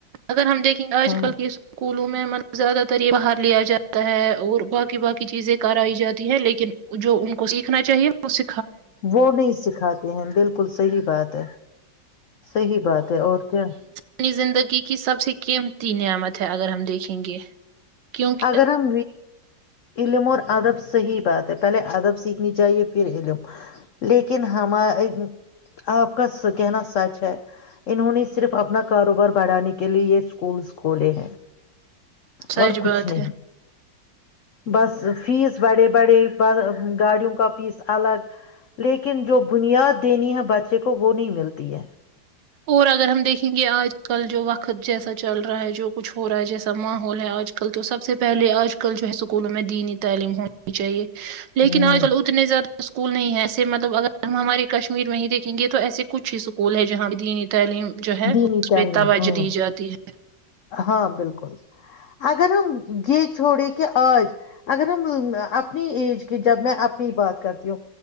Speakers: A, on the right (about 75°); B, on the left (about 75°).
A: اگر ہم دیکھیں آج
B: ہاں
A: کل کی اسک اسکولوں میںب زیادہ تر یہ باہر لیا جاتا ہے اور باقی باقی چیزیں کرائی جاتی ہیں لیکن جو ان کو سیکھنا چاہیے اس
B: وہ نہیں سکھاتے ہیں بالکل صحیح بات ہے صحیح بات ہے اور کیا
A: اپنی زندگی کی سب سے قیمتی نعمت ہے اگر ہم دیکھیں گے کیونکہ
B: اگر ہم علم اور ادب صحیح بات ہے پہلے ادب سیکھنی چاہیے پھر علم لیکن ہمار آپ کا کہنا سچ ہے انہوں نے صرف اپنا کاروبار بڑھانے کے لیے یہ اسکولس کھولے ہیں
A: سچ
B: اور کچھ
A: بات
B: نہیں
A: ہے
B: بس فیس بڑے بڑے گاڑیوں کا فیس الگ لیکن جو بنیاد دینی ہے بچے کو وہ نہیں ملتی ہے
A: اور اگر ہم دیکھیں گے آ کل جو وقت خ جیسا چل رہا ہے جو کچھ ہو رہا ہے جیسا ماحول ہے آج کل تو سب سے پہلے آج کل جو ہے اسکولوں میں دینی تعلیم ہونی چاہیے لیکن
B: ہوں
A: آج کل اتنے زیادہ اسکول نہیں ہے ایسے مطلب اگر ہماری کشمیر میں ہی دیکھیں گے تو ایسے کچھ اسکول ہے جہاں ج <unintelligible> تعلیم جو ہے
B: دینی
A: اس
B: تعلیم
A: پہ توجہ
B: ہاں
A: دی جاتی ہے
B: ہاں بالکل اگر ہم یہ چھوڑیں کہ آج اگر ہم اپنی ایج کی جب میں اپنی بات کرتی ہوں